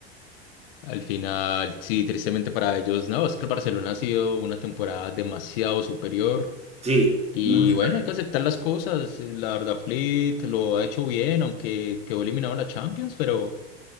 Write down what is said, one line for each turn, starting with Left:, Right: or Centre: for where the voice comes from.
Left: Al final, sí, tristemente para ellos, no, es que el Barcelona ha sido una temporada demasiado superior
Right: Sí,
Left: y
Right: muy- super-
Left: bueno, hay que aceptar las cosas. eh, La verdad, Flick lo ha hecho bien, aunque quedó eliminado de la Champions, pero,